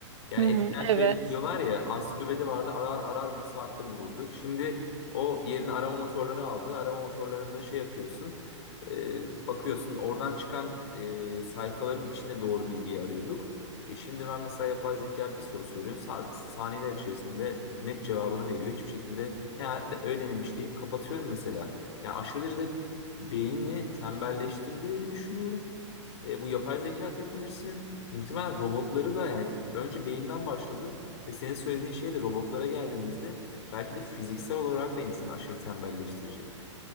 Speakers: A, on the left (about 55°); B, on the right (about 70°).
A: Yani
B: Hı
A: eskiden
B: hı, evet.
A: şey diyorlar ya ansiklopedi vardı arar arar bir saatte bulurduk. Şimdi o yerini arama motorları aldı. Arama motorlarında şey yapıyorsun. e, bakıyorsun oradan çıkan e, sayfaların içinde doğru bilgiyi arıyorduk. E şimdi ben mesela yapay zeka bir soru soruyorum. Sa- Saniyeler içerisinde net cevabını veriyor. Hiçbir şekilde herhalde öyle miymiş deyip kapatıyorum mesela. Ya aşırı derecede beyni tembelleştirdiğini düşünüyorum. E, bu yapay zeka teknolojisinin muhtemelen robotları da yani önce beyinden başladı ve senin söylediğin şey de robotlara geldiğimizde belki de fiziksel olarak da insanı aşırı tembelleştirecek.